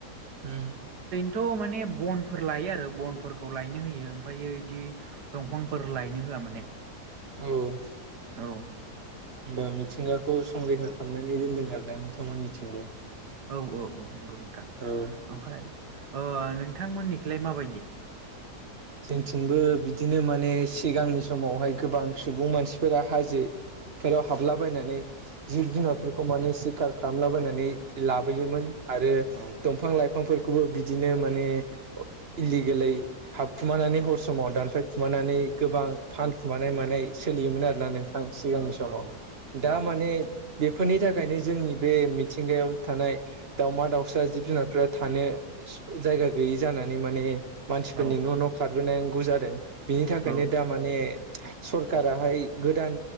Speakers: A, on the right (about 40°); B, on the right (about 80°).
A: उम
B: थ' माने बनफोर लायो आरो बनफोरखौ लायनो होयो ओमफायो इदि दंफांफोर लाय नो होआ माने
A: औ होमबा
B: औ
A: मिथिंगा खौ संरैखा खालामनानै दोनदों आरोना नोंथांमोननिथिंबो
B: औ औ औ नंगौ नोंथां
A: औ
B: ओमफाय ओ नोंथांमोननिखैलाय माबायदि
A: जोंथिंबो बिदिनो माने सिगांनि समावहाय गोबां सुबुं मानसिफोरा हाजो फोराव हाबलाबायनानै जिब-जुनारफोरखौ माने सिखार खालामलाबायनानै लाबोयोमोन आरो
B: औ
A: दंफां-लाइफांफोरखौबो बिदिनो माने इलिगेलै हाब खुमानानै हर समाव दानफायखुमानानै गोबां फानखुमानाय
B: औ
A: मानाय सोलियोमोन आरोना नों थां सिगांनि
B: औ
A: समाव
B: औ
A: दा
B: औ
A: माने बेफोरनि थाखायनो जोंनि बे मिथिंगायाव थानाय दाउमा-दाउसा जिब-जुनारफोरा थानो जायगा गैयि जानानै माने मानसिफोरनि
B: औ
A: न' न' खारबोनांगौ जादों बिनि थाखायनो
B: औ
A: दा माने सरकाराहाय गोदान